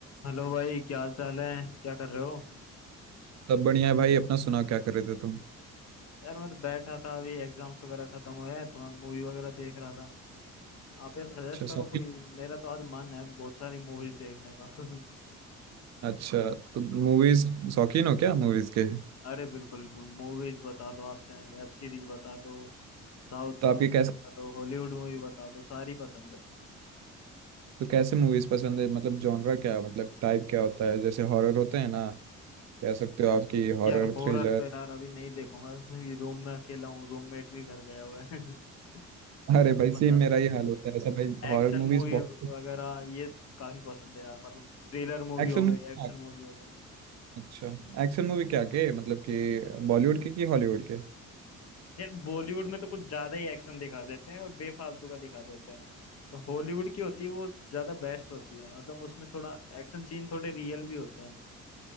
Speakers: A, on the left (about 55°); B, on the right (about 60°).
A: Hello भाई क्या हाल चाल है क्या कर रहे हो
B: सब बढ़िया है भाई अपना सुनाओ क्या कर रहे थे तुम
A: यार मैं तो बैठा था अभी एग्जाम्स वगैरह खत्म हुए हैं तो मैं मूवी वगैरह देख रहा था आप यार सजेस्ट
B: अच्छा
A: करो
B: शौकीन
A: कोई मेरा तो आज मन है बहुत सारी मूवीज देखने का <laughs>
B: अच्छा तुम मूवीज शौकीन हो क्या मूवीज के
A: अरे बिल्कुल मूवीज बता दो आप चाहे वेब सीरीज बता दो साउथ
B: तो
A: की
B: आपके
A: मूवी
B: कैसे
A: बता दो हॉलीवुड मूवी बता दो सारी पसंद है
B: तो कैसे मूवीज पसंद है मतलब जॉनरा क्या मतलब टाइप क्या होता है जैसे हॉरर
A: हम्म।
B: होते हैं ना कह सकते हो आपकी हॉरर
A: यार हॉरर
B: थ्रिलर
A: तो यार अभी नहीं देखूंगा <laughs> ये रूम में अकेला हूँ रूममेट भी घर गया हुआ है <laughs>
B: अरे
A: तो आप
B: भाई
A: बता
B: सेम मेरा
A: दो
B: ही हाल होता है ऐसा भाई
A: एक्शन
B: हॉरर मूवीज
A: मूवी
B: बहुत
A: वगैरह ये काफी पसंद है यार मतलब थ्रिलर मूवी
B: एक्शन
A: हो गई
B: मूवी
A: एक्शन मूवी हो गई
B: अच्छा एक्शन मूवी क्या के मतलब कि बॉलीवुड के कि हॉलीवुड के
A: यार बॉलीवुड में तो कुछ ज्यादा ही एक्शन दिखा देते हैं और बेफालतू का दिखा देते हैं तो हॉलीवुड की होती है वो ज्यादा बेस्ट होती है मतलब उसमें थोड़ा एक्शन सीन थोड़े रियल भी होते हैं